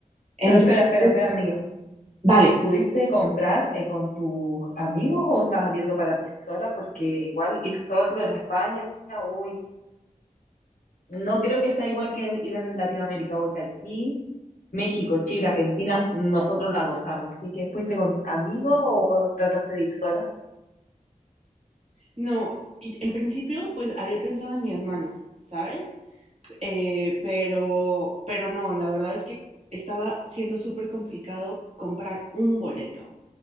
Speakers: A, on the right; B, on the left.
A: Entonces,
B: Pero espera, espera, espera, amiga.
A: vale.
B: ¿Pudiste comprar eh, con tus amigos o estás viendo para ti sola? Porque igual ir solo en España, uy, no creo que sea igual que ir en Latinoamérica, porque aquí, México, Chile, Argentina, nosotros la gozamos. Así que, ¿fuiste con amigos o trataste de ir sola?
A: No, y en principio, pues había pensado en mi hermana, ¿sabes? Eh, pero, pero no, la verdad es que estaba siendo súper complicado comprar un boleto.